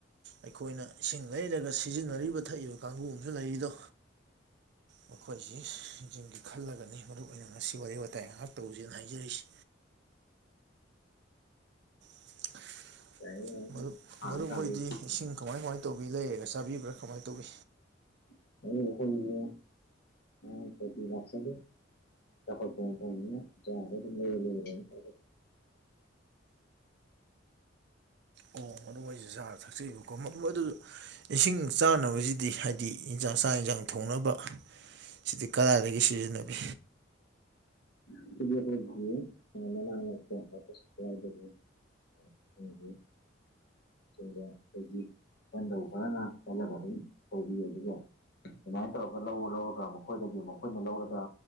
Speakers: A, on the right; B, on the left.
A: ꯑꯩꯈꯣꯏꯅ ꯏꯁꯤꯡ ꯂꯩꯔꯒ ꯁꯤꯖꯤꯟꯅꯔꯤꯕ ꯊꯛꯏꯕ ꯀꯥꯡꯕꯨ ꯑꯃꯁꯨ ꯂꯩꯔꯤꯗꯣ ꯃꯈꯣꯏꯁꯤꯡꯖꯤꯒꯤ ꯈꯜꯂꯒꯅꯤ ꯃꯔꯨ ꯑꯣꯏꯅ ꯉꯁꯤ ꯋꯥꯔꯤ ꯋꯥꯇꯥꯏ ꯉꯍꯥꯛ ꯇꯧꯁꯦꯅ ꯍꯥꯏꯖꯔꯤꯁꯤ <inaudible>
B: ꯌꯥꯏꯌꯦ ꯌꯥꯏꯌꯦ
A: ꯃꯔꯨꯞ
B: ꯃꯈꯥ
A: ꯃꯔꯨꯞꯍꯣꯏꯗꯤ
B: ꯑꯗꯨꯝ ꯇꯥꯕꯤꯌꯨ
A: ꯏꯁꯤꯡ ꯀꯃꯥꯏ ꯀꯃꯥꯏ ꯇꯧꯕꯤ ꯂꯩꯔꯒ ꯆꯥꯕꯤꯕ꯭ꯔꯥ ꯀꯃꯥꯏꯅ ꯇꯧꯏ
B: <unintelligible> ꯆꯥꯎꯈꯠꯄ ꯃꯐꯝꯅꯤꯅ‌ ꯖꯥꯔꯗꯣ ‌ ꯑꯗꯨꯝ‌ ‌ꯂꯩꯔ‌‌ ꯂꯩꯔ ꯑꯗꯨꯝ
A: ꯑꯣ ꯃꯔꯨꯞ ꯍꯣꯏꯁꯨ ‌ꯖꯥꯔ ꯊꯛꯆꯩꯕꯀꯣ ꯃꯗꯨ ꯏꯁꯤꯡ ꯆꯥꯅꯕꯁꯤꯗꯤ ꯍꯥꯏꯗꯤ ꯏꯟꯁꯥꯡ ꯆꯥꯛ ꯏꯟꯁꯥꯡ ꯊꯣꯡꯅꯕ ꯁꯤꯗꯤ ꯀꯗꯥꯏꯗꯒꯤ ꯁꯤꯖꯤꯟꯅꯕꯤ
B: <unintelligible> <unintelligible> ꯏꯄꯟꯗꯧ ꯈꯔꯅ ꯆꯠꯂꯅꯕ ꯑꯗꯨꯝ ꯇꯧꯕꯤ ꯑꯗꯨꯒ ꯑꯗꯨꯃꯥꯏꯅ ꯇꯧꯔꯒ ꯂꯧꯔ ꯂꯧꯔꯒ ꯃꯈꯣꯏꯗꯒꯤ ꯃꯈꯣꯏꯅ ꯂꯧꯔꯒ